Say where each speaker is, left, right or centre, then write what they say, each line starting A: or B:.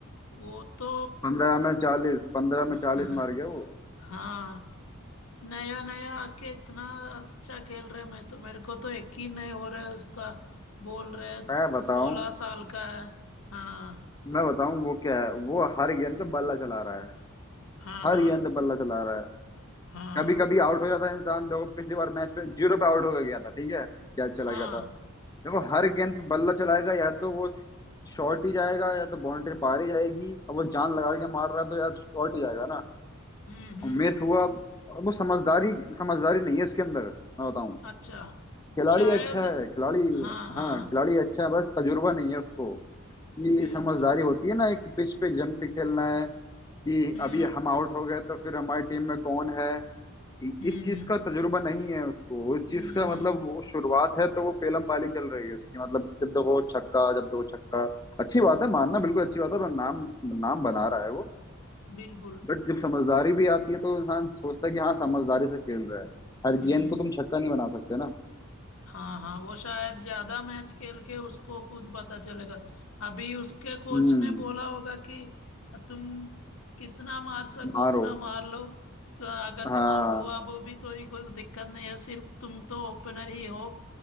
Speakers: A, on the left (about 75°); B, on the left (about 15°).
A: वो तो
B: पंद्रह में चालीस पंद्रह में
A: <laughs>
B: चालीस मार गया वो
A: हाँ नया नया आके इतना अच्छा खेल रहे हैं, मैं तो मेरे को तो यकीन नहीं हो रहा है उसका बोल रहे
B: मैं बताऊं
A: सोलह साल का है हाँ
B: मैं बताऊं वो क्या है वो हर गेंद पे बल्ला चला रहा है
A: हाँ
B: हर
A: हाँ
B: गेंद पे बल्ला चला रहा है
A: हाँ
B: कभी कभी आउट हो जाता है इंसान देखो पिछली बार मैच पे जीरो पे आउट होकर गया था ठीक है क्या चला
A: हाँ
B: गया था देखो हर गेंद पे बल्ला चलाएगा या तो वो शॉर्ट ही जाएगा या तो बाउंड्री पार ही जाएगी अब वो जान लगा के मार रहा है तो यार शॉर्ट ही जाएगा ना।
A: हम्म हम्म
B: मिस हुआ वो समझदारी समझदारी नहीं है उसके अंदर मैं बताऊं
A: अच्छा
B: खिलाड़ी
A: शायद
B: अच्छा है खिलाड़ी
A: हाँ हाँ
B: हाँ खिलाड़ी अच्छा है बस तजुर्बा नहीं है उसको ये
A: बिल्कुल
B: समझदारी होती है ना एक पिच पे जम के खेलना है कि
A: हम्म
B: अभी हम आउट हो गए तो फिर हमारी टीम में कौन है
A: हम्म
B: इस चीज का तजुर्बा नहीं है उसको उस
A: हम्म
B: चीज का
A: हम्म,
B: मतलब वो शुरुआत है तो वो पेलम पाली चल रही है उसकी मतलब जब देखो छक्का जब देखो छक्का अच्छी बात है
A: हम्म,
B: मानना बिल्कुल अच्छी बात है और नाम नाम बना रहा है वो
A: बिल्कुल
B: बट जब समझदारी भी आती है तो इंसान सोचता है कि हाँ समझदारी से खेल रहा है हर
A: हम्म
B: गेंद को तुम छक्का नहीं बना सकते ना
A: हाँ हाँ वो शायद ज्यादा मैच खेल के उसको खुद पता चलेगा अभी उसके कोच
B: हम्म
A: ने बोला होगा कि तुम कितना मार सको
B: मारो
A: उतना मार लो तो अगर
B: हाँ
A: तुम आउट हुआ वो भी तो ही कोई दिक्कत नहीं है सिर्फ तुम तो ओपनर ही हो